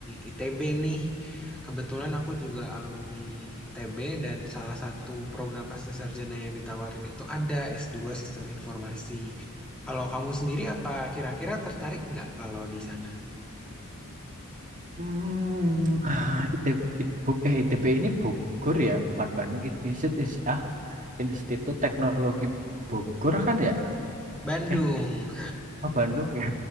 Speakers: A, in the centre; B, on the right.
A: ITB nih. Kebetulan aku juga alumni ITB dan salah satu program pascasarjana yang ditawarin itu ada S2 Sistem Informasi. Kalau kamu sendiri apa kira-kira tertarik nggak kalau di sana?
B: Hmm, <sighs> ITB, Itbug- eh, ITB ini Bogor ya, bukan Bandung. I- Institut, Ins- ah, Institut Teknologi Bogor kan ya?
A: Bandung.
B: Eh, oh Bandung ya.